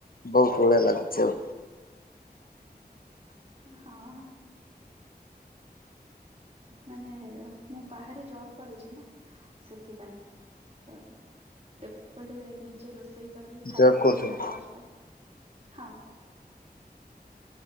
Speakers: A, on the left; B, on the right.
A: ବ ହୁ ଳିଆ ଲାଗୁଛି ଆଉ।
B: ଅ ହଁ। ମାନେ ମୁଁ ବାହାରେ ଜବ କରୁଛି ନା ସେଥିପାଇଁ। ତ ଏପଟେ ନିଜେ ରୋଷେଇ କରିକି ଖାଇବା
A: ଜବ୍
B: ପାଇଁ
A: କରୁଛନ୍ତି
B: ବି ଭାରି କଷ୍ଟ ହଁ।